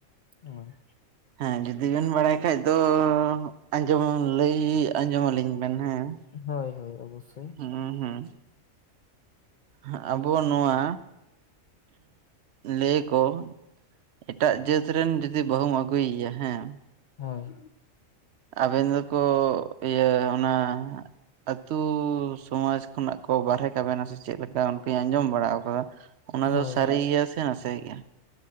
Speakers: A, on the left; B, on the right.
A: ᱦᱳᱭ
B: ᱦᱮᱸ ᱡᱩᱫᱤ ᱵᱮᱱ ᱵᱟᱲᱟᱭ ᱠᱷᱟᱡ ᱫᱚ ᱟᱸᱡᱚᱢ ᱞᱟᱹᱭ ᱟᱸᱡᱚᱢ ᱟᱹᱞᱤᱧ ᱵᱮᱱ ᱦᱮᱸ᱾
A: ᱦᱳᱭ ᱦᱳᱭ ᱚᱵᱚᱥᱥᱳᱭ᱾
B: ᱦᱩᱸ ᱦᱩᱸ ᱦᱟᱸᱜ ᱟᱵᱚ ᱱᱚᱣᱟ ᱞᱟᱹᱭᱟ ᱠᱚ ᱮᱴᱟᱜ ᱡᱟᱹᱛ ᱨᱮᱱ ᱡᱩᱫᱤ ᱵᱟᱹᱦᱩᱢ ᱟᱹᱜᱩᱭᱮᱭᱟ ᱦᱮᱸ ᱾
A: ᱦᱳᱭ ᱾
B: ᱟᱵᱮᱱ ᱫᱚᱠᱚ ᱤᱭᱟᱹ ᱚᱱᱟ ᱟᱹᱛᱩ ᱥᱚᱢᱟᱡᱽ ᱠᱷᱚᱱᱟᱜ ᱠᱚ ᱵᱟᱨᱦᱮ ᱠᱟᱵᱮᱱᱟ ᱥᱮ ᱪᱮᱫ ᱞᱮᱠᱟ ᱚᱱᱠᱟᱧ ᱟᱸᱡᱚᱢ ᱵᱟᱲᱟ ᱟᱠᱟᱫᱟ ᱚᱱᱟ
A: ᱦᱳᱭ
B: ᱫᱚ ᱥᱟᱹᱨᱤ ᱜᱮᱭᱟ ᱥᱮ ᱱᱟᱥᱮ ᱜᱮᱭᱟ?